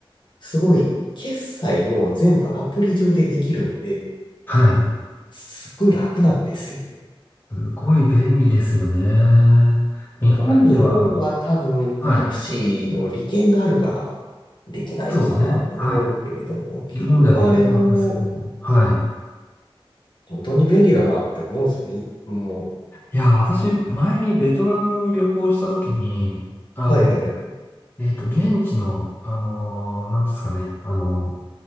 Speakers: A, on the left (about 55°); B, on the left (about 20°).
A: すごい、決済も全部アプリ上でできるんで、
B: はい。
A: すっごい楽なんですよね。
B: すごい便利ですよね。
A: だから日本は多分タクシーの利権があるから
B: 日本では、はい。
A: できないのかなって思うけれども、
B: そうですね。はい。
A: 結局あれも
B: 日本ではできなかったですけど、はい。
A: 本当に便利だなって思うんですよね。もう、
B: いや、私、前にベトナム旅行したときに、あの、
A: はいはいはい。
B: えっと、現地の、あのー、なんですかね、あの、